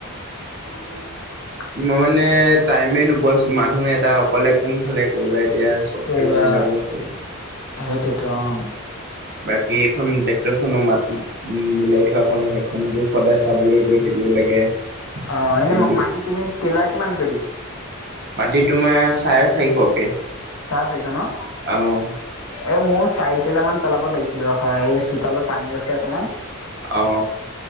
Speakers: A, on the left; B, on the right.
A: <inaudible>
B: মই মানে টাইমে নোপোৱা হৈছো মানুহ এটা অকলে কোন ফালে কৰিবা এতিয়া। চবফালে
A: কৰিবা
B: মিলাব লাগে
A: সেইটোতো অ'।
B: বাকী এখন ট্ৰেক্টৰ খনৰ মাটি মিলাই থোৱাখন'ৰ সেইখনতো সদায় চাবলৈ গৈ থাকিব লাগে।
A: অ, এনে
B: দিনটোত
A: মাি মাটি তুমি টেইলা কিমান <unintelligible>
B: মাটি তোমাৰ চাৰে চাৰিশকে।
A: চাহ চাৰিশ ন?
B: আহ
A: এ মোৰ চাৰিটলা মান পেলাব লাগিছিলে ৰখা এই চোতালত পানী ৰখে অকমান।
B: অ,